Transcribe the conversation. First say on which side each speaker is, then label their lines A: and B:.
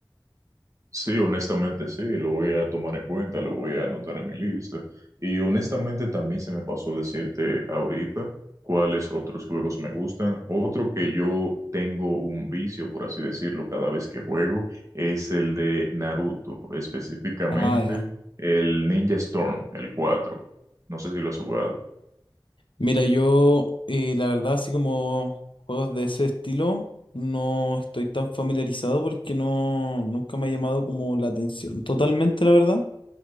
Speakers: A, on the right; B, on the left.
A: Sí, honestamente sí, lo voy a tomar en cuenta, lo voy a anotar en mi lista. Y honestamente también se me pasó decirte ahorita cuáles otros juegos me gustan. Otro que yo tengo un vicio, por así decirlo, cada vez que juego es el de Naruto, específicamente
B: Ah, ya.
A: el Ninja Storm, el 4. No sé si lo has jugado.
B: Mira, yo eh, la verdad, así como juegos de ese estilo, no estoy tan familiarizado porque no, nunca me ha llamado como la atención totalmente, la verdad.